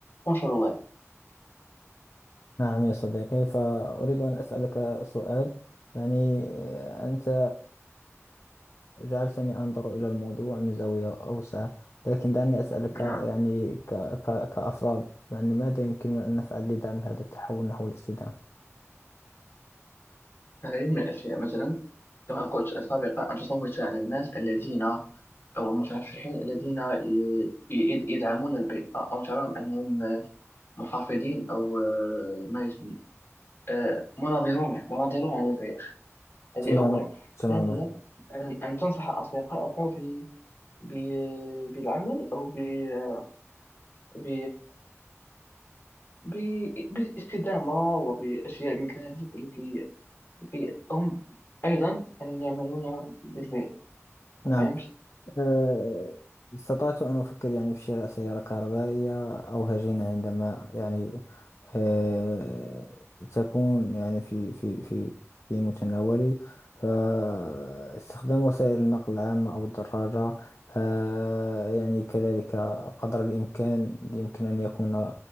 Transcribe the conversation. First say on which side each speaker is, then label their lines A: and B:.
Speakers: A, on the left (about 45°); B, on the left (about 60°).
A: والشروال
B: نعم يا صديقي فأريد أن أسألك سؤال يعني آه، أنت جعلتني أنظر إلى الموضوع من زاوية أوسع لكن دعني أسألك يعني
A: نعم
B: ك ك كأفراد يعني ماذا يمكننا أن نفعل لدعم هذا التحول نحو الاستدامة
A: العديد من الأشياء مثلا كما قلت سابقا أن تصوت على الناس الذين أو المترشحين الذين ي- ي- يدعمون البيئة أو تراهم أنهم محافظين أو آه، ما يسمى آه، مناظرون مناظرون عن البيئة هذه
B: تماما
A: أولا
B: تماما
A: ثانيا أن أن تنصح أصدقائك ب- ب- بالعمل أو ب- ب- ب- بالاستدامة وبأشياء مثل هذه التي التي هم أيضا أن يعملون بالبيئة
B: نعم
A: فهمت؟
B: آه، استطعت أن أفكر يعني في شراء سيارة كهربائية أو هجينة عندما يعني آه، تكون يعني في في في في متناولي فاستخدام وسائل النقل العامة أو الدراجة آه، يعني كذلك قدر الإمكان يمكن أن يكون